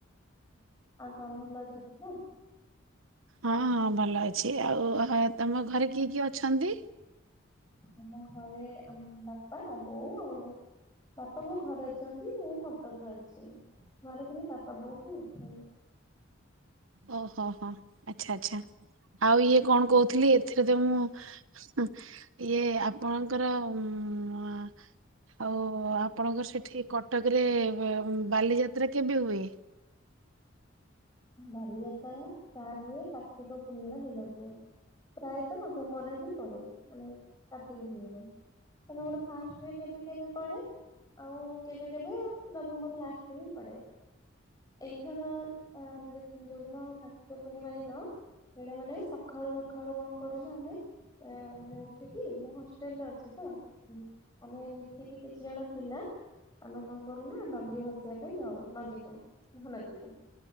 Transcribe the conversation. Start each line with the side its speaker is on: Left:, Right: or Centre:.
Left: ଆଉ କଁ ଭଲ ଅଛ <unintelligible> ତ?
Right: ହଁ ହଁ ଭଲ ଅଛି ଆଉ ହଁ ତମ ଘରେ କିଏ କିଏ ଅଛନ୍ତି?
Left: ଆମ ଘରେ ଆମ ବାପା ବୋଉ ଆଉ ବାପା ବୋଉ ଘରେ ଅଛନ୍ତି ମୁଁ କଟକରେ ଅଛି ଘରେ ଖଲି ବାପା ବୋଉକୁ ରହିଛନ୍ତି
Right: ଓହୋ ହୋ ଆଚ୍ଛା ଆଚ୍ଛା ଆଉ ଇଏ କଣ କହୁଥିଲି ଏଥିରେ ତ ମୁଁ। ହଁ ଇଏ ଆପଣଙ୍କର ଉଁ ଆ। ଆଉ ଆପଣଙ୍କର ସେଠି କଟକରେ ବ ମ ବାଲିଯାତ୍ରା କେବେ ହୁଏ?
Left: ବାଲିଯାତ୍ରା ଆ ଷ୍ଟାର୍ଟ ହୁଏ କାର୍ତିକ ପୂର୍ଣିମା ଦିନଠୁ। ପ୍ରାୟତ ନଭେମ୍ବରରେ ହିଁ ପଡେ ମାନେ କାର୍ତ୍ତିକ ପୂର୍ଣ୍ଣିମା। କେବେ ଗୋଟେ ଫାର୍ଷ୍ଟରେ କେବେ କେବେ ପଡେ। ଆଉ କେବେ କେବେ ନଭେମ୍ବର ଲାଷ୍ଟକୁୁ ବି ପଡେ ଏଇଥର ଅମ ଜ-ଯୋଉଦିନ କାର୍ତ୍ତିକ ପୂର୍ଣ୍ଣିମା ଦିନ ସେଇଟା ମାନେ ସକାଳୁ ସକାଳୁ କଣ କରୁନା ଆମେ ମାନେ ଉଠିକି ମୁଁ ହଷ୍ଟେଲରେ ଅଛି ତ ଆମେ ଏଇ ମିଶିକି କିଛି ଜଣ ପିଲା ଆମେ କ କରୁନା ଡଙ୍ଗି ଭସେଇବା ପାଇଁ ଯାଉ ନଦୀ କୁ ମହାନଦୀ କୁ।